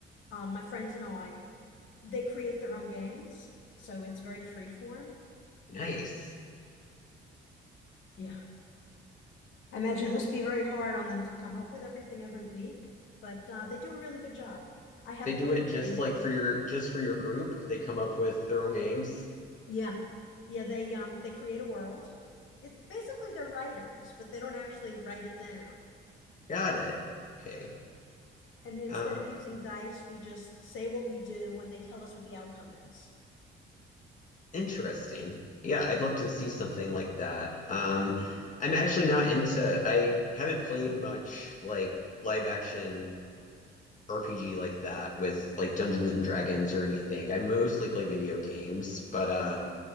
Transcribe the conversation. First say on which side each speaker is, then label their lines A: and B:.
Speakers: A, on the left; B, on the left.
A: um, my friends and I, they create their own games, so it's very freeform.
B: Nice.
A: Yeah. I imagine it must be very hard on them to come up with everything every week, but uh, they do a really good job. I haven't
B: They do
A: been
B: it just
A: a
B: like for your just for your group. They come up with their own games.
A: Yeah. Yeah, they um they create a world. It basically they're writers, but they don't actually write it down.
B: Got it. Okay.
A: And instead
B: Um,
A: of using dice, we just say what we do when they tell us what the outcome is.
B: interesting. Yeah, I'd love to see something like that. Um, I'm actually not into I haven't played much like live action RPG like that with like Dungeons and Dragons or anything. I mostly play video games, but uh